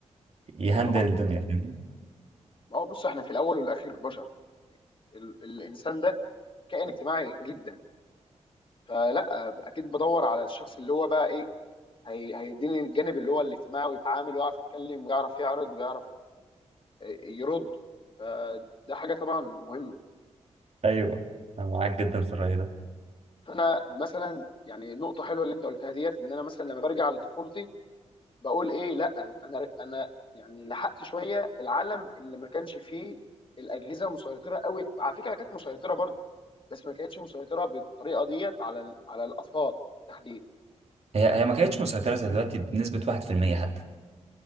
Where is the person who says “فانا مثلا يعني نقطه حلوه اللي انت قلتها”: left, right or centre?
Left